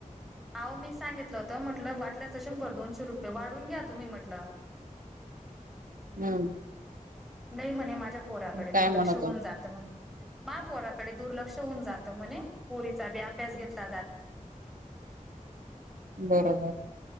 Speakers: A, in the centre; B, on the right.
A: अह मी सांगितलं हो तर म्हटलं वाटल्याचं शंभर दोनशे रुपये वाढून घ्या तुम्ही म्हटलं.
B: हम्म.
A: नाही म्हणे माझ्या पोराकडे दुर्लक्ष
B: काय म्हणत
A: होऊन
B: होत
A: जात. महापोराकडे दुर्लक्ष होऊन जात म्हणे पोरीचा बी अभ्यास घेतला जात.
B: बरोबर